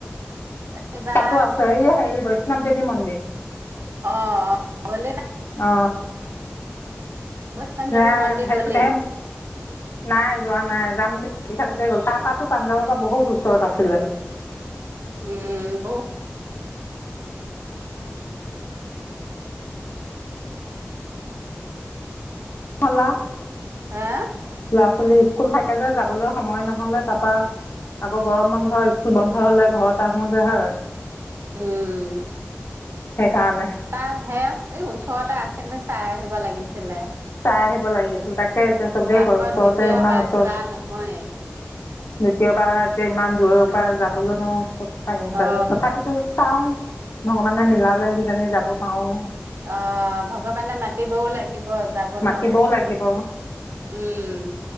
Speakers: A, on the right (about 70°); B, on the left (about 70°).
A: কিবা
B: তাতো আছে এই হে বৈষ্ণৱ দেৱী মন্দিৰ। <inaudible>
A: অ অ গলি ন
B: অ
A: বৈষ্ণৱ
B: সেইয়াই
A: দেৱী মন্দিৰ গলি
B: মই নাই যোৱা নাই যাম বুলি ভাবি থাকোতে গ'ল তাপাতো পাঞ্জাৱৰ পৰা বহুত ওচৰত আছিলে
A: উম বহুত
B: হল আও
A: হে
B: লৰা ছোৱালী স্কুল স্কুল থাকে যে যাবলৈ সময় নহলে তাৰাপা আকৌ গৰম বন্ধ স্কুল বন্ধ হলে ঘৰত আহো যে হয়।
A: উম
B: সেইকাৰণে
A: তাৰ সেই উম ওচৰতে আছে কিন্তু চাই আহিব লাগিছিলে
B: চাই আহিব লাগিছিল তাকে এতিয়া চবেই
A: আকৌ
B: কয় ওচৰতে
A: দ্বিতীয়বাৰ
B: ইমান ওচৰত
A: যোৱা
B: দ্বিতীয়বাৰ
A: নহয়ে
B: এতিয়া ইমান দূৰৰ পৰা যাবলৈ নো ক'ত পাৰিম
A: অ
B: চাগৈ তথাপিতো চাও ভগৱানে মিলালৈ কিজনি যাব পাৰোৱে
A: অ ভগৱানে মাতিবও লাগে থাকিব যাবলৈ
B: মাতিবও লাগিব
A: উম